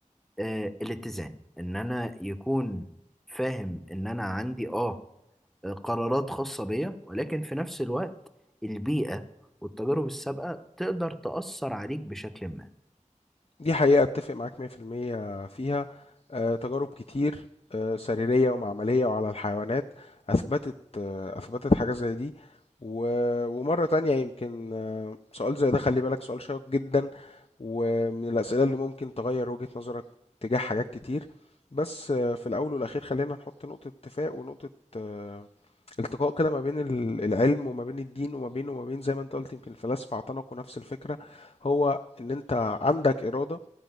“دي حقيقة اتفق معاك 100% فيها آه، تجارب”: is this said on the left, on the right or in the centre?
Left